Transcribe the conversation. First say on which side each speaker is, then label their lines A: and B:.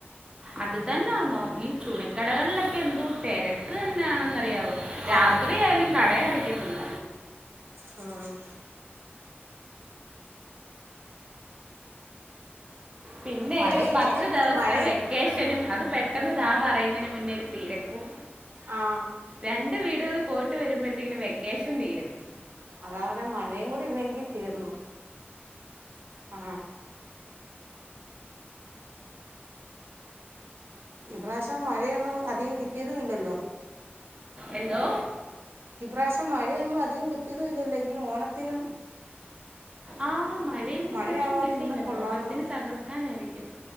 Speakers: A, on the right; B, on the right.
A: അത് തന്നാന്നോ ഈ തുണിക്കടകളിലൊക്കെ എന്തോ തിരക്ക് തന്നെയാണെന്നറിയാവോ രാത്രിയായാലും
B: ആ
A: കട അടക്കത്തില്ല
B: ഉം
A: പിന്നെ
B: മഴയില്ലെങ്കിൽ
A: ഒരു പത്ത്
B: കൊ-
A: ദിവസത്തെ
B: മഴ
A: വെക്കേഷനും അത് പെ ട്ടെന്ന് ദാ പറയുന്നതിന് മുന്നേ ഒരു തിരക്കും
B: ആ
A: രണ്ട് വീടുകളിൽ പോയിട്ട് വരുമ്പോഴത്തേക്കിനും വെക്കേഷൻ തീരും
B: അതാ പറഞ്ഞെ മഴയും കൂടി ഇല്ലെങ്കി തീർന്നു ആ ഇപ്രാവശ്യം മഴയൊന്നും അധികം കിട്ടിയതും ഇല്ലല്ലോ
A: എന്തോ
B: ഈ പ്രാവശ്യം മഴയൊന്നും അധികം കിട്ടിയതും ഇല്ലല്ലോ ഇനി ഓണത്തിന്
A: ആ മഴയൊന്നും
B: മഴയാവാതെ
A: ഇപ്രാവശ്യം കിട്ടിയില്ല
B: ഇരുന്നാൽ കൊള്ളാമെന്ന്
A: ഓണത്തിന് തകർക്കാനാരിക്കും